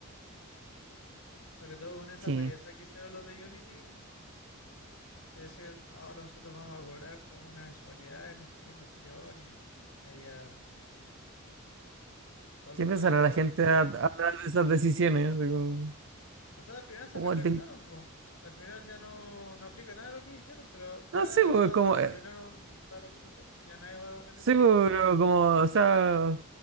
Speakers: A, on the left; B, on the right.
A: Sobre todo con esa
B: Sí.
A: payasada que hicieron los de Unity, de decir, no, ahora nosotros vamos a cobrar con una mensualidad y no sé qué cuestión. Y ahí ya todo el
B: ¿Qué
A: mundo
B: pensará
A: le agarró
B: la gente
A: asco a Unity.
B: a- atrás de esas decisiones? Así como,
A: O sea, al final se
B: "Oh,
A: retractaron,
B: el ten-
A: pues. Al final ya no, no aplica nada de lo que dijeron, pero ya
B: No sé, pues, como,
A: arruinaron
B: eh,
A: la reputación, pues ya nadie va a meterse
B: sí, pues,
A: a Unity,
B: pero como, o sea,